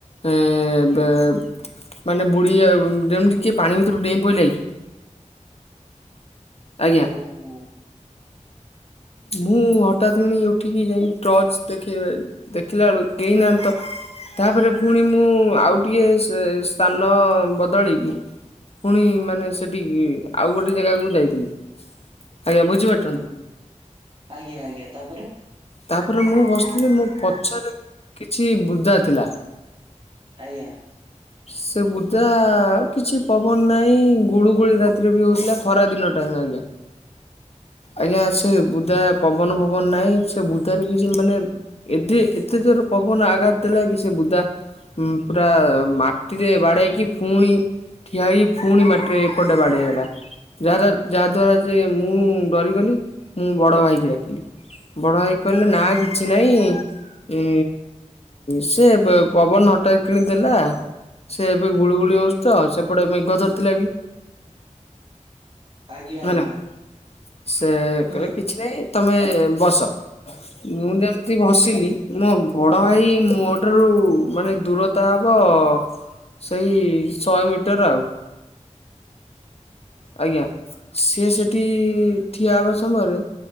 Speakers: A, on the left; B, on the right.
A: ଏବେ ମାନେ ବୁଡ଼ି ଯେମିତି କିଏ ପାଣି ଭିତରୁ ଡେଇଁ ପଡିଲା କି। ଆଜ୍ଞା।
B: ଓହୋ।
A: ମୁଁ ହଠାତ୍ କିଣି ଉଠିକି ଯାଇ ଟର୍ଚ ଦେଖେ ଦେଖିଲା ବେଳୁ କେହି ନାହାନ୍ତି ତ। ତାପରେ ପୁଣି ମୁଁ ଆଉ ଟିକେ ସ୍ଥାନ ସେ ବଦଳି ପୁଣି ମାନେ ସେଠି ଆଉ ଗୋଟେ ଜାଗାକୁ ଯାଇଥିଲି ଆଜ୍ଞା ବୁଝିପା
B: ହୁଁ, ଆଜ୍ଞା ଆଜ୍ଞା ତାପରେ
A: ତାପରେ ମୁଁ ବସିଥିଲି ମୋ ପଛରେ କିଛି ବୁଦା ଥିଲା।
B: ଆଜ୍ଞା।
A: ସେ ବୁଦା କିଛି ପବନ ନାହିଁ ଗୁଳୁଗୁଳି ରାତିରେ ବି ହେଉଥିଲା ଖରାଦିନ ଟାରେ ଟାଇମ୍ ଆଜ୍ଞା। ଆଜ୍ଞା ସେ ବୁଦା ପବନ ପବନ ନାହିଁ ସେ ବୁଦାରେ କିଛି ମାନେ ଏଠି ଏତେ ଜୋର ପବନ ଆଘାତ ଦେଲା କି ସେ ବୁଦା ପୁରା ମା ଟିକେ ବାଡ଼େଇ ଇକି ପୁଣି ଠିଆ ହେଇକି ପୁଣି ମାଟିରେ ଏପଟେ ବାଡ଼େଇ ହେଲା। ଯା ଯାହାଦ୍ଵାରା ଯେ ମୁଁ ଡରିଗଲି, ମୁଁ ବଡ ଭାଇକି ଡାକିଲି। ବଡ଼ ଭାଇ କହିଲେ ନା କିଛି ନାହିଁ ସେ ପବନ ହଠାତ୍ କିଣି ଦେଲା ସେ ଏବେ ଗୁଳିୁଗୁଳି ହୋଉଚି ତ ସେପଟେ ମେଘ ଧରିଥିଲା ବି
B: ଆଜ୍ଞା
A: ହେଲା
B: ଆଜ୍ଞା।
A: ସେ
B: ହୁଁ
A: କିଛି
B: ହୁଁ,
A: ନାଇଁ ତମେ ବସ। ମୁଁ ଯେମିତି ଭସିଲି ମୋ ବଡ ଭାଇ ମୋ ଠାରୁ ମାନେ ଦୂରତା ହବ ସେଇ ଶହେ ମିଟର ଆଉ। ଆଜ୍ଞା ସିଏ ସେଠି ଠିଆ ହେବା ସମୟରେ